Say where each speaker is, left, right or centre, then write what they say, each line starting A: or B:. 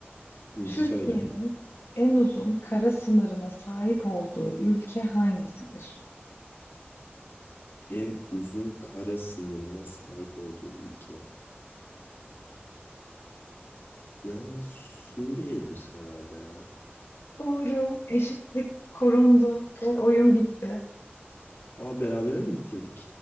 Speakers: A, on the left; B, on the left.
A: Şimdi
B: Türkiye'nin
A: söyle.
B: en uzun kara sınırına sahip olduğu ülke hangisidir?
A: En uzun kara sınırına sahip olduğu ülke. Yani Suriye'dir herhalde ya.
B: Doğru, eşitlik korundu ve oyun bitti.
A: Aa berabere mi bitirdik?